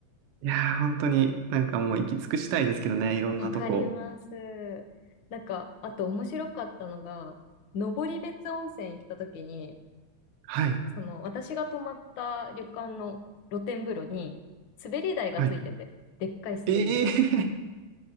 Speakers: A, on the right; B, on the left.
A: いやー、本当になんかもう行き尽くしたいですけどね、いろんなとこ。
B: わかります。なんか、あと面白かったのが、登別温泉行った時に、
A: はい。
B: その私が泊まった旅館の露天風呂に滑り台がついてて、
A: はい。
B: でっかい滑り台。
A: ええー、